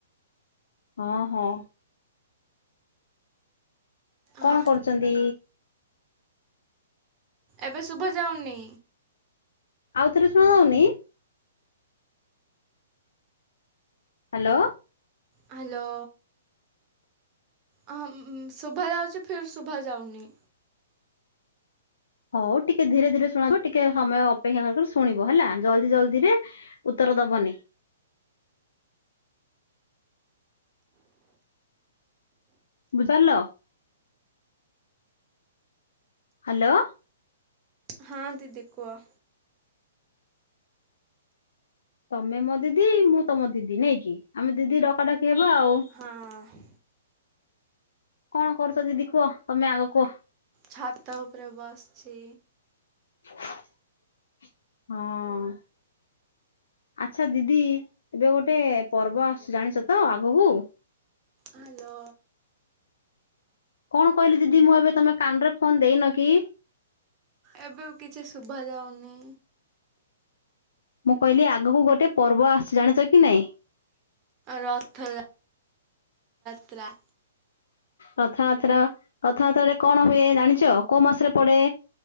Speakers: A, on the left; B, on the right.
A: ହଁ ହଁ କଣ
B: ହଁ
A: କରୁଛନ୍ତି
B: ଏବେ ଶୁଭା ଯାଉନି
A: ଆଉଥରେ ଶୁଣା ଯାଉନି ହ୍ୟାଲୋ
B: ହ୍ୟାଲୋ ହ ଶୁଭା ଯାଉଛି ଫିର୍ ଶୁଭା ଯାଉନି
A: ହଉ ଟିକେ ଧୀରେ ଧୀରେ ଶୁଣାଯିବ ଟିକେ ସମୟ ଅପେକ୍ଷା କରି ଶୁଣିବ ହେଲା ଜଲଦି ଜଲଦିରେ ଉତ୍ତର ଦବନି ବୁଝିପାରିଲ ହ୍ୟାଲୋ
B: ହଁ ଦିଦି କୁହ।
A: ତମେ ମୋ ଦିଦି ମୁଁ ତମ ଦିଦି ନାଇକି ଆମେ ଦିଦି ଡକାଡକି ହେବା ଆଉ
B: ହଁ।
A: କଣ କରୁଛ ଦିଦି କୁହ ତମେ ଆଗକୁୁହ।
B: ଛାତ ଉପରେ ବସଛି।
A: ହଁ। ଆଚ୍ଛା ଦିଦି ଏବେ ଗୋଟେ ପର୍ବ ଆସୁଛି ଜାଣିଛ ତ ଆଗକୁ
B: ହାଲୋ।
A: କଣ କହିଲି ଦିଦି ମୁଁ ଏବେ ତମେ କାନ ରେ ଫୋନ ଦେଇନ କି?
B: ଏବେ ବି କିଛି ଶୁଭାଯାଉନି।
A: ମୁଁ କହିଲି ଆଗକୁ ଗୋଟେ ପର୍ବ ଆସଛି ଜାଣିଛ କି ନାଇଁ?
B: ରଥ ଯା <unintelligible> ତ୍ରା <unintelligible>
A: ରଥଯାତ୍ରା ରଥଯାତ୍ରା ରେ କଣ ହୁଏ ଜାଣିଛ କୋଉ ମାସରେ ପଡେ?